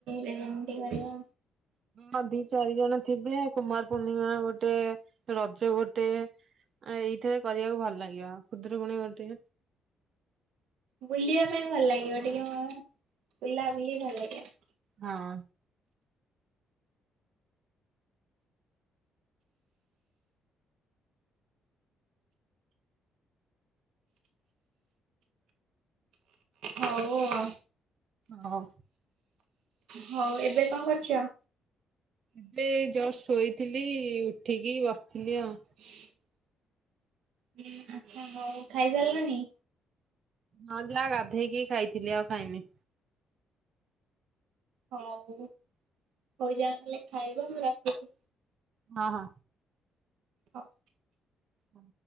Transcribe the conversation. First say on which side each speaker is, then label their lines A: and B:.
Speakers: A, on the right (about 80°); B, on the right (about 55°).
A: ରେ ଯେମ୍ତି କରିବା
B: ହଁ ଦି ଚାରି ଜଣ ଥିବେ କୁମାର ପୂର୍ଣ୍ଣିମା ଗୋଟେ ରଜ ଗୋଟେ ଆ ଏଇଥିରେ କରିବାକୁ ଭଲ ଲାଗିବ, ଖୁଦୁରୁକୁୁଣୀ ଗୋଟେ।
A: ବୁଲିବା ପାଇଁ ଭଲ ଲାଗିବ, ଟିକେ ମୁଁ ବୁଲା-ବୁଲିି ଭଲ ଲାଗିବ।
B: ହଁ।
A: ହଉ ଆଉ।
B: ହଁ।
A: ହଉ ଏବେ କଣ କରୁଚ?
B: ଏବେ ଏଇ ଜଷ୍ଟ ଶୋଇଥିଲି ଉଠିକି ବସଥିଲି ଆଉ।
A: ହୁଁ <unintelligible> ହୁଁ ଆଚ୍ଛା ହଉ, ଖାଇସାରିଲଣିି?
B: ହଁ ଯାହା ଗାଧେଇକି ଖାଇଥିଲି, ଆଉ ଖାଇନି।
A: ହଉ-ହଉ ଯା ତାହେଲେ ଖାଇବ, ମୁଁ ରଖୁଚି।
B: ହଁ-ହଁ।
A: ହଉ।
B: ହଁ।